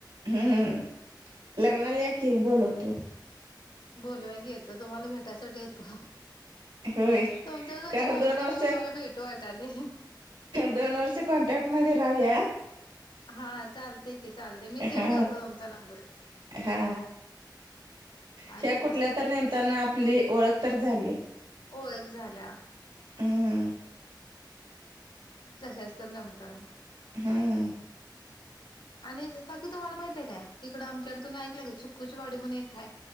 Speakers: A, on the right; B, on the left.
A: हम्म लग्नाला या की बोलवतो.
B: बोलवा की येतो तुम्हाला भेटायसाठी येतो.
A: होय
B: तुमच्या संग
A: कारण
B: बोलून
A: दोन
B: आता
A: वर्ष
B: मला तुम्हाला भेटू वाटाले.
A: दोन वर्ष कॉन्टॅक्ट मध्ये राहूया.
B: हा चालतय की चालते मी सेव्ह
A: हा
B: करतो तुमचा नंबर.
A: हा ह्या
B: आणि
A: कुठल्या तर नेमतान आपली ओळख तर झाली.
B: ओळख झाल्या.
A: हम्म
B: कशाच तर नमतान.
A: हम्म
B: आणि काकी तुम्हाला माहितेय काय इकड आमच्याकड तुम्ही ऐकल काय चिकू ची वाडी म्हणून एक हाय.